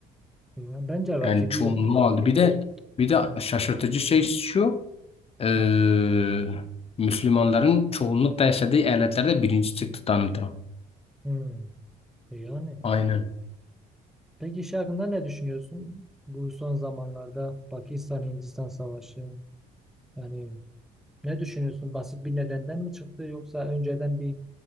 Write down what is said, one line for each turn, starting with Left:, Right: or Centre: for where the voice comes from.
Centre: Yani bence rakibi
Left: Yani çoğunluğu
Centre: yoktu ya
Left: aldı.
Centre: o kadar.
Left: Bir de bir de şaşırtıcı şey şu, eee,
Centre: Heh.
Left: Müslümanların çoğunlukla yaşadığı eyaletlerde birinci çıktı Donald Trump.
Centre: Hmm. E, Yani.
Left: Aynen.
Centre: Peki şey hakkında ne düşünüyorsun? Bu son zamanlarda Pakistan-Hindistan savaşı. Yani ne düşünüyorsun? Basit bir nedenden mi çıktı yoksa önceden bir